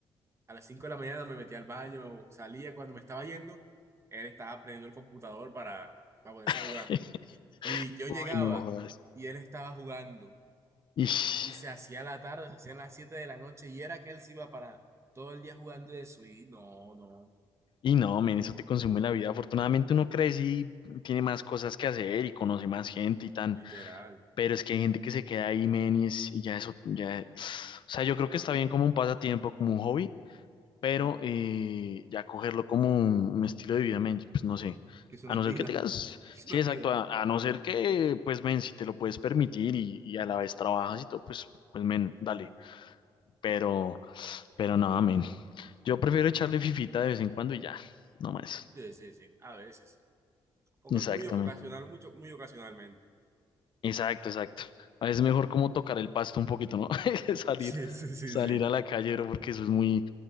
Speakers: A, on the right (about 30°); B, on the left (about 55°).
A: a las cinco de la mañana me metía al baño, salía cuando me estaba yendo, él estaba prendiendo el computador para, para ponerse
B: <laughs>
A: a jugar. Y yo
B: Uy,
A: llegaba
B: no jodas.
A: y él estaba jugando.
B: Ish.
A: Y se hacía la tarde, se hacían las 7 de la noche y era que él se iba para todo el día jugando eso. Y no, no,
B: Y no, men, eso te consume la vida. Afortunadamente uno crece y tiene más cosas que hacer y conoce más gente y tan.
A: literal.
B: Pero es que hay gente que se queda ahí, men, y, es, y ya eso, ya. O sea, yo creo que está bien como un pasatiempo, como un hobby, pero
A: No,
B: eh, ya cogerlo como un, un estilo de vida, men, pues no sé.
A: que eso
B: A
A: no
B: no
A: es vida,
B: ser que tengas,
A: <laughs> eso
B: sí,
A: no es
B: exacto,
A: vida.
B: a, a no ser que, pues, men, si te lo puedes permitir y, y a la vez trabajas y todo, pues, pues, men, dale. Pero, pero nada, men. Yo prefiero echarle fifita de vez en cuando y ya, no más.
A: Sí, sí, sí, a veces. Oca-
B: Exacto,
A: Muy ocasional,
B: men.
A: mucho, muy ocasionalmente.
B: Exacto, exacto. A veces es mejor como tocar el pasto un poquito, ¿no? <laughs>
A: <laughs>
B: Salir,
A: Sí, sí, sí,
B: salir
A: sí.
B: a la calle, bro, porque eso es muy,